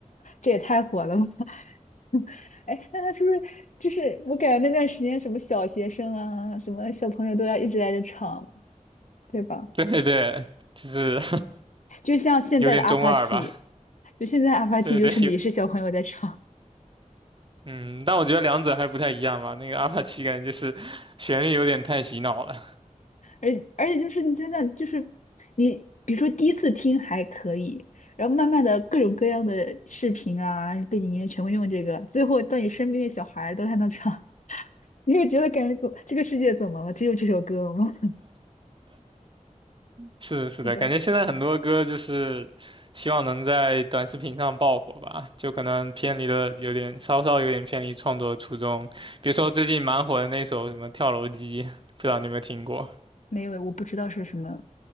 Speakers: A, on the left (about 65°); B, on the right (about 40°).
A: 这也太火了吧！<laughs> 哎，那他是不是就是我感觉那段时间什么小学生啊，什么小朋友都要一直在这唱，对吧？
B: <laughs> 对对对，就是
A: 就像现在的阿帕奇，
B: <laughs> 有点中二吧？
A: 就现在阿帕奇就是你也是小朋友在唱，
B: 对对，有，嗯，但我觉得两者还不太一样吧。那个阿帕奇感觉就是旋律有点太洗脑了。
A: 而而且就是你现在就是你比如说第一次听还可以。然后慢慢的各种各样的视频啊，背景音乐全部用这个，最后到你身边的小孩儿都还能唱。你会觉得感觉怎这个世界怎么了？只有这首歌了吗？
B: 是的，
A: <laughs>
B: 是的，
A: 是的，
B: 感觉现在很多歌就是希望能在短视频上爆火吧，就可能偏离了有点，稍稍有点偏离创作初衷。比如说最近蛮火的那首什么《跳楼机》，不知道你有没有听过？
A: 没有，我不知道是什么